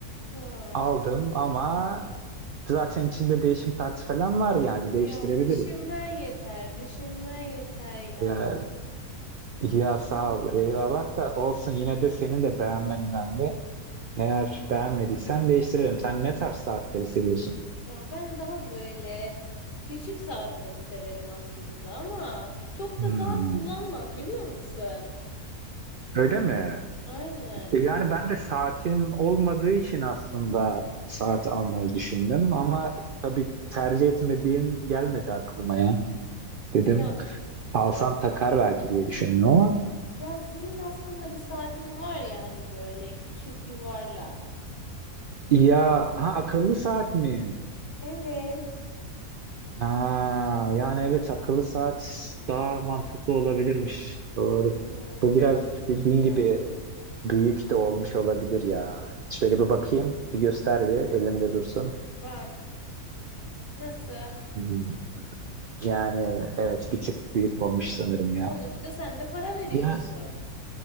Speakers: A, on the left (about 35°); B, on the right (about 85°).
A: Ya,
B: Aldım ama Zaten içinde değişim partisi falan var yani değiştirebiliriz.
A: ya düşünmen yeter, düşünmen yeter ya.
B: Ya, ya
A: Olur.
B: sağ ol. Eyvallah da olsun yine de senin de beğenmen önemli. Eğer beğenmediysen değiştirelim. Sen ne tarz saatleri seviyorsun?
A: Ya ben daha böyle küçük saatleri severim aslında ama çok
B: Hmm,
A: da saat kullanmam biliyor musun?
B: öyle mi?
A: Aynen.
B: İşte yani ben de saatin olmadığı için aslında saat almayı düşündüm ama tabii tercih etmediğin gelmedi aklıma ya. Dedim
A: Ya.
B: alsam takar belki diye düşündüm ama.
A: Ya senin aslında bir saatin var ya hani böyle küçük yuvarlak.
B: Ya ha akıllı saat mi?
A: Evet.
B: Ha, yani evet akıllı saat daha mantıklı olabilirmiş. Doğru.
A: Aynen,
B: Bu
A: ben
B: biraz
A: almak
B: dediğin
A: isterdim.
B: gibi büyük de olmuş olabilir ya. Şöyle bir bakayım, bir göster bir elimde dursun.
A: Bak nasıl?
B: Hmm, Yani evet bir tık büyük olmuş sanırım ya.
A: Sonuçta sen de para veriyorsun.
B: Ya